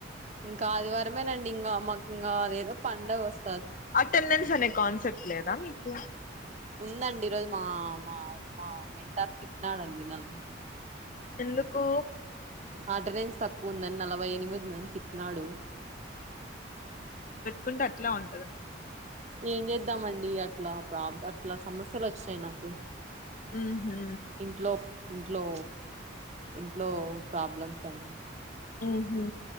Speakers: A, on the right (about 35°); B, on the left (about 45°).
A: ఇంకా ఆదివారమేనండి ఇంకా మాకు ఇంకా అదేదో పండగ వస్
B: అటెండన్స్ అనే కాన్సెప్ట్ లేదా మీకు
A: ఉందండి ఈరోజు మామ మా మేంటాార్ తిట్నాడండి నన్ను
B: ఎందుకు
A: అటెండెన్స్ తక్కువ ఉందని నలభై ఎనిమిది ఉందని తిట్నాడు
B: కుంటే అట్లా ఉంటద
A: ఏం చేద్దామండి అట్లా ప్రాబ్ అట్లా సమస్యలు వచ్చాయి నాకు
B: ఆ హ
A: ఇంట్లో ఇంట్లో ఇంట్లో ప్రాబ్లమ్స్ అని
B: ఉహు